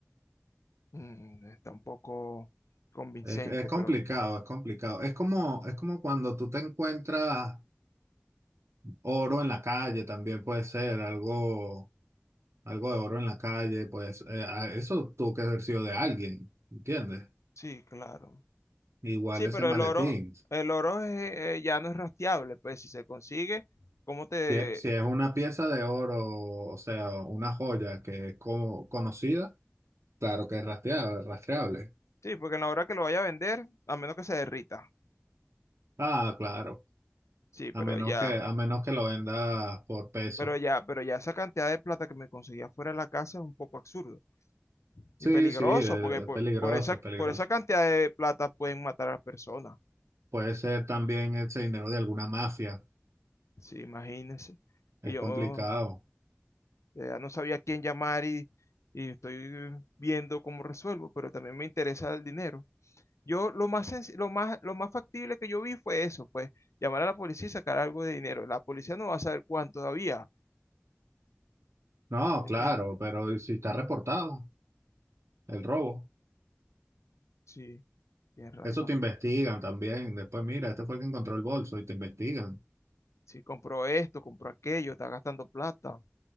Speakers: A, on the left; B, on the right.
A: Mm, está un poco convincente,
B: Es, es complicado,
A: pero
B: es complicado. Es como, es como cuando tú te encuentras oro en la calle, también puede ser algo, algo de oro en la calle, pues eh, a- eso tuvo que haber sido de alguien, ¿entiendes?
A: sí, claro.
B: Igual
A: Sí,
B: ese
A: pero
B: maletín.
A: el oro, el oro es, eh, ya no es rastreable, pues si se consigue, ¿cómo te...?
B: Si, e- si es una pieza de oro, o sea, una joya que es como conocida, claro que es rastreable, rastreable.
A: Sí, porque en la hora que lo vaya a vender, a menos que se derrita.
B: Ah, claro.
A: Sí, pero
B: A menos
A: ya,
B: que, a menos que lo vendas por peso.
A: pero ya, pero ya esa cantidad de plata que me conseguía fuera de la casa es un poco absurdo
B: Sí,
A: y peligroso,
B: sí, eh,
A: porque por,
B: es peligroso,
A: por esa,
B: es peligroso.
A: por esa cantidad de plata pueden matar a personas.
B: Puede ser también ese dinero de alguna mafia.
A: Sí, imagínense.
B: Es
A: Que yo
B: complicado.
A: eh, ya no sabía a quién llamar y, y estoy viendo cómo resuelvo, pero también me interesa el dinero. Yo lo más, senc- lo más, lo más factible que yo vi fue eso, pues llamar a la policía y sacar algo de dinero. La policía no va a saber cuánto todavía,
B: No,
A: ¿entiendes?
B: claro, pero si está reportado el robo?
A: Sí, tienes razón.
B: Eso te investigan también. Después, mira, este fue el que encontró el bolso y te investigan.
A: Si compró esto, compró aquello, está gastando plata.